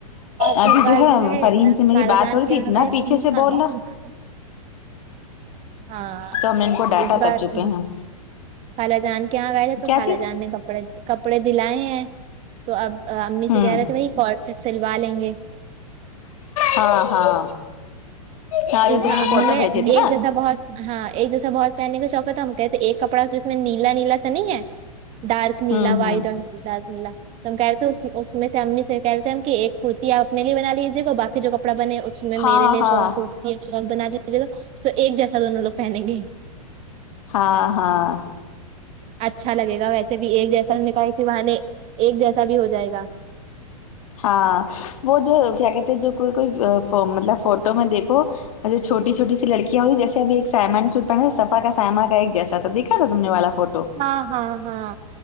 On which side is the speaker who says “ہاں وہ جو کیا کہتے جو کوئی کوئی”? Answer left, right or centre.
Left